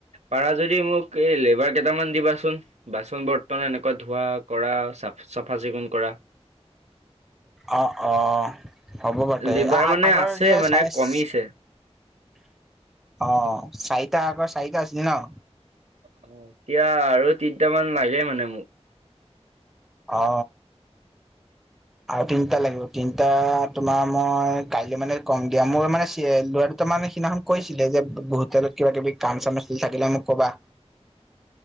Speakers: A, on the right; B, in the centre.
A: পাৰা যদি মোক, এই লেবাৰ কেইটামান দিবাচোন। বাচন বৰ্তন এনেকুৱা ধোৱা কৰা চাফ চাফা চিকুণ কৰা।
B: অ', অ',। হ'ব বাৰু তে
A: লিভাৰ
B: আ
A: মানে
B: আগৰ
A: আছে
B: যে
A: মানে
B: চাইজ
A: কমিছে
B: অ', চাৰিটা আগৰ চাৰিটা আছিল ন?
A: অ', এতিয়া আৰু তিনটামান লাগে মানে মোক
B: অঁ।
A: <inaudible>
B: আৰু তিনটা লাগিব তিনটা তোমাৰ মই কাইলে মানে কম দিয়া মোৰ মানে চে ল'ৰা দুটা মান সিদিনাখন কৈছিলে যে হোটেলত কিবা-কিবি কাম-চাম থাকিলে মোক ক'বা।
A: <unintelligible>